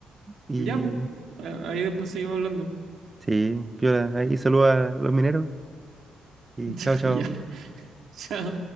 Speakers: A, on the right; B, on the right.
A: Y
B: Ya, pues. Ahí después seguimos hablando.
A: sí, piola, ahí saluda a los mineros y
B: <laughs>
A: chao, chao.
B: Ya, chao.